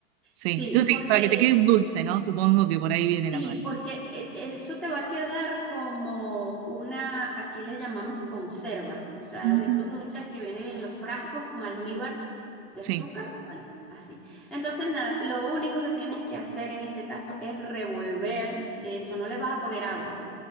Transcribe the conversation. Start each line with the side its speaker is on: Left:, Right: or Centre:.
Right: Sí.
Centre: Sí,
Right: Entonces,
Centre: porque
Right: te- para que te quede un dulce, ¿no? Supongo que por ahí viene
Centre: Sí,
Right: la mano.
Centre: porque eh, eso te va a quedar como una, aquí le llamamos conservas, o sea,
Right: Ujú.
Centre: de estos dulces que vienen en los frascos con almíbar de
Right: Sí.
Centre: azúcar, bueno, así. Entonces, nada, lo único que tienes que hacer en este caso es revolver eso, no le vas a poner agua,